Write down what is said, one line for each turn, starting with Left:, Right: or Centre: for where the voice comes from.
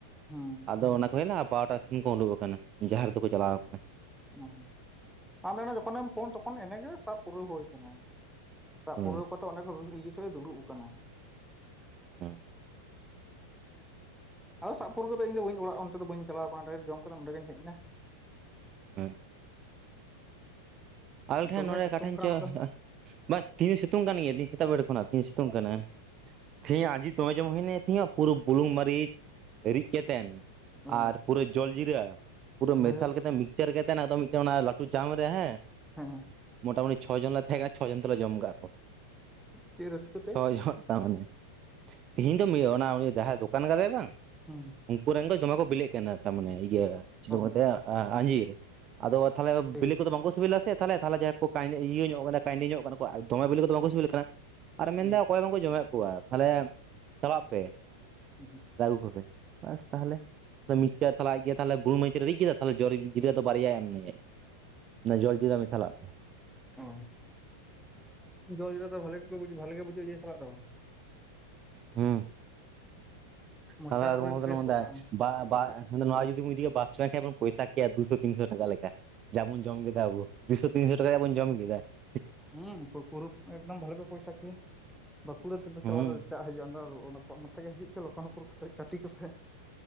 Centre: ᱦᱩᱸ
Right: ᱟᱫᱚ ᱚᱱᱟ ᱠᱚ ᱦᱮᱡ ᱱᱟ ᱵᱟᱨᱴᱟ ᱥᱤᱢ ᱠᱚ ᱩᱰᱩᱠ ᱟᱠᱟᱱᱟ, ᱡᱟᱦᱮᱨ ᱫᱚᱠᱚ ᱪᱟᱞᱟᱣ ᱟᱠᱟᱱᱟ ᱾
Centre: ᱚ, ᱟᱢ ᱢᱮᱱᱟ ᱡᱚᱠᱷᱚᱱᱮᱢ ᱯᱷᱳᱱ ᱛᱚᱠᱷᱚᱱ ᱮᱱᱮ ᱜᱮ ᱥᱟᱵ ᱯᱩᱨᱟᱹᱣ ᱦᱩᱭ ᱠᱟᱱᱟ ᱾ ᱥᱟᱵ
Right: ᱦᱮᱸ
Centre: ᱯᱩᱨᱟᱹᱣ ᱠᱚ ᱠᱟᱛᱮ ᱚᱸᱰᱮ ᱤᱭᱟᱹ ᱴᱷᱮᱱ ᱞᱮ ᱫᱩᱲᱩᱵ ᱟᱠᱟᱱᱟ ᱾
Right: ᱚ ᱾
Centre: ᱟᱫᱚ ᱥᱟᱵ ᱯᱩᱨᱟᱹᱣ ᱠᱟᱛᱮ ᱤᱧᱫᱚ ᱚᱲᱟᱜ ᱚᱱᱛᱮ ᱫᱚ ᱵᱟᱹᱧ ᱪᱟᱞᱟᱣ ᱟᱠᱟᱱᱟ, ᱰᱟᱭᱨᱮᱴ ᱡᱚᱢ ᱠᱟᱛᱮ ᱚᱸᱰᱮ ᱜᱮᱧ ᱦᱮᱡ ᱮᱱᱟ ᱾
Right: ᱦᱮᱸ ᱾ ᱟᱞᱮ ᱴᱷᱮᱱ
Centre: ᱫᱚᱢᱮ
Right: ᱱᱚᱸᱰᱮ
Centre: ᱥᱤᱛᱩᱝ
Right: ᱚᱠᱟᱴᱷᱮᱱ
Centre: ᱠᱟᱱᱟ
Right: ᱪᱚ,
Centre: ᱱᱚᱛᱮ
Right: ᱵᱟᱥ ᱛᱮᱦᱤᱧ ᱥᱤᱛᱩᱝ ᱠᱟᱱ ᱜᱮᱭᱟ ᱛᱮᱦᱤᱧ ᱥᱮᱛᱟᱜ ᱵᱮᱲ ᱠᱷᱚᱱᱟᱜ ᱛᱮᱦᱤᱧ ᱥᱤᱛᱩᱝ ᱠᱟᱱᱟ ᱾ ᱛᱮᱦᱮᱧ ᱟᱡᱤᱨ ᱫᱚᱢᱮ ᱡᱚᱢ ᱦᱩᱭᱱᱟ ᱛᱤᱦᱤ ᱱᱚᱜ ᱯᱩᱨᱟᱹ ᱵᱩᱞᱩᱝ ᱢᱟᱹᱨᱤᱪ ᱨᱤᱫ ᱠᱟᱛᱮᱱ ᱾
Centre: ᱚ
Right: ᱟᱨ ᱯᱩᱨᱟᱹ ᱡᱚᱞ ᱡᱤᱨᱟᱹ ᱯᱩᱨᱟᱹ
Centre: ᱦᱟᱹᱴ
Right: ᱢᱮᱥᱟᱞ ᱠᱟᱛᱮ ᱢᱤᱠᱪᱟᱨ ᱠᱟᱛᱮ ᱚᱱᱟ ᱫᱚ ᱢᱤᱫᱴᱮᱱ ᱚᱱᱟ ᱞᱟᱹᱴᱩ ᱡᱟᱢ ᱨᱮ ᱦᱮᱸ,
Centre: ᱦᱮᱸ
Right: ᱢᱚᱴᱟᱢᱩᱴᱤ ᱪᱷᱚ ᱡᱚᱱ ᱞᱮ ᱛᱟᱦᱮᱸ ᱠᱟᱱᱟ, ᱪᱷᱚ ᱡᱚᱱ ᱛᱮᱞᱮ ᱡᱚᱢ ᱠᱟᱜ ᱠᱚ
Centre: ᱪᱮᱫ ᱨᱟᱹᱥᱠᱟᱹ ᱛᱮ
Right: ᱪᱷᱚ ᱡᱚᱱ ᱛᱟᱨᱢᱟᱱᱮ ᱾ ᱛᱤᱦᱤᱧ ᱫᱚ ᱚᱱᱟ ᱩᱱᱤ ᱡᱟᱦᱟᱸᱭ ᱫᱚᱠᱟᱱ ᱠᱟᱫᱟᱭ ᱵᱟᱝ,
Centre: ᱦᱩᱸ
Right: ᱩᱱᱠᱩ ᱨᱮᱱ ᱫᱚ ᱫᱚᱢᱮ ᱠᱚ ᱵᱤᱞᱤᱜ ᱠᱟᱱᱟ ᱾ ᱛᱟᱨ ᱢᱟᱱᱮ ᱤᱭᱟᱹ ᱪᱮᱫ
Centre: ᱚ
Right: ᱢᱮᱛᱟᱜ ᱟᱻᱟᱡᱤᱨ ᱟᱫᱚ ᱛᱟᱦᱚᱞᱮ
Centre: ᱟᱸᱡᱤᱨ
Right: ᱵᱤᱞᱤ ᱠᱚᱫᱚ ᱵᱟᱝᱠᱚ ᱥᱤᱵᱤᱞᱟ ᱛᱮ ᱛᱟᱦᱮ ᱡᱟᱦᱟᱸ ᱤᱭᱟᱹ ᱧᱚᱜ ᱠᱟᱱᱟ ᱠᱟᱺᱭᱰᱤ ᱧᱚᱜ ᱠᱟᱱᱟ ᱫᱚᱢᱮ ᱵᱤᱞᱤ ᱠᱚᱫᱚ ᱵᱟᱝ ᱠᱩ ᱥᱤᱵᱤᱞ ᱠᱟᱱᱟ ᱟᱨ ᱢᱮᱱᱫᱟ
Centre: ᱦᱩᱸ
Right: ᱚᱠᱚᱭ ᱡᱚ-ᱢᱮᱫ ᱠᱚᱣᱟ ᱛᱟᱦᱚᱞᱮ ᱪᱟᱞᱟᱜ ᱯᱮ ᱾
Centre: ᱦᱩᱸ ᱾
Right: ᱫᱟ ᱟᱜᱩ ᱠᱚᱯᱮ ᱵᱟᱥ ᱛᱟᱦᱚᱞᱮ ᱢᱤᱥᱪᱟᱨ ᱛᱟᱦᱚᱞᱮ ᱟᱡ ᱜᱮ ᱛᱟᱦᱚᱞᱮ ᱵᱩᱞᱩᱝ ᱢᱟᱹᱨᱤᱪ ᱨᱤᱫ ᱠᱮᱫᱟ ᱛᱟᱦᱚᱞᱮ ᱡᱚᱞ ᱡᱤᱨᱟᱹ ᱫᱚ ᱵᱟᱨᱭᱟ ᱮᱢ ᱱᱟ ᱟᱡ ᱫᱚ ᱾ ᱢᱮᱱ ᱫᱟ ᱡᱚᱞ ᱡᱤᱨᱟᱹ ᱢᱮᱥᱟᱞᱟᱜ ᱯᱮ ᱾
Centre: ᱚ, ᱡᱚᱞ ᱡᱤᱨᱟᱹ ᱵᱷᱟᱞᱤ ᱜᱮ ᱵᱷᱟᱞᱤ ᱜᱮ ᱵᱩᱡᱚᱜᱼᱟ ᱤᱭᱟᱹ ᱥᱟᱞᱟᱜ ᱫᱚ ᱾
Right: ᱦᱩᱸ,
Centre: ᱢᱚᱪᱟ
Right: ᱟᱫᱚᱢ
Centre: ᱯᱩᱨᱟᱹᱭ
Right: ᱠᱚᱫᱚ
Centre: ᱯᱷᱨᱮᱥ
Right: ᱞᱮ ᱢᱮᱱ
Centre: ᱜᱚᱫ
Right: ᱫᱟ
Centre: ᱠᱟᱜᱼᱟ
Right: ᱵᱟ ᱵᱟ ᱢᱟᱱᱮ ᱱᱚᱣᱟ ᱡᱩᱫᱤ ᱵᱚᱱ ᱤᱫᱤᱮᱭᱟ ᱵᱟᱥ ᱴᱟᱱᱰ ᱤᱫᱤ ᱠᱮᱭᱟ ᱵᱚ ᱯᱚᱭᱥᱟᱹ ᱠᱮᱭᱟᱵᱚ ᱫᱩ ᱥᱚ ᱛᱤᱱᱥᱚ ᱴᱟᱠᱟ ᱞᱮᱠᱟ ᱡᱟᱵᱚᱱ ᱡᱚᱢ ᱠᱮᱫᱟ ᱟᱵᱚ ᱾ ᱫᱩᱥᱚ ᱛᱤᱱᱥᱚ ᱴᱟᱠᱟ ᱨᱮᱭᱟᱜ ᱵᱚᱱ ᱡᱚᱢ ᱠᱮᱫᱟ ᱾
Centre: ᱦᱩᱸ, ᱯᱩᱨᱟ ᱮᱠᱫᱚᱢ ᱵᱷᱟᱞᱤ ᱯᱮ ᱯᱚᱭᱥᱟ ᱠᱮᱭᱟ ᱵᱟᱸᱠᱩᱲᱟ ᱛᱮᱫᱚ
Right: ᱦᱩᱸ
Centre: ᱪᱟᱞᱟᱜ ᱫᱚ ᱪᱟ ᱦᱤᱡᱩᱜᱼᱟ ᱱᱚᱛᱮ ᱜᱮ ᱦᱤᱡᱩᱜ ᱯᱮ ᱞᱚᱠᱠᱷᱚᱱᱚᱯᱩᱨ ᱠᱚ ᱥᱮᱜ ᱜᱷᱟᱴᱤ ᱠᱚ ᱥᱮᱜ ᱾